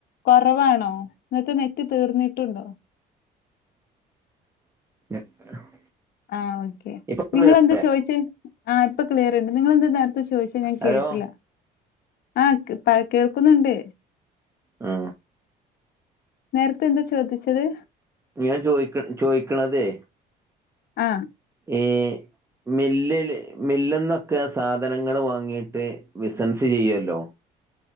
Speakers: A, on the left (about 70°); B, on the right (about 15°).
A: കൊറവാണോ ഇന്നത്തെ നെറ്റ് തീർന്നിട്ടുണ്ടോ <inaudible>
B: <unintelligible>
A: ആ ഓക്കെ
B: ഇപ്പൊ
A: നിങ്ങളെന്താ
B: അല്ലേ
A: ചോയിച്ചേ ആ ഇപ്പ ക്ലിയർണ്ട് നിങ്ങളെന്താ നേരത്തെ ചോയിച്ചേ ഞാൻ
B: ഹലോ
A: കേട്ടില്ല ആ കേൾക്കുന്നുണ്ട്.
B: ആ
A: നേരത്തെ എന്താ ചോദിച്ചത്?
B: ഞാൻ ചോയിക്ക ചോയിക്കണതെ
A: ആ
B: ഏ മില്ലില് മില്ല്ന്നൊക്കെ സാധനങ്ങള് വാങ്ങീയിട്ട് ബിസ്നസ് ചെയ്യൊല്ലോ.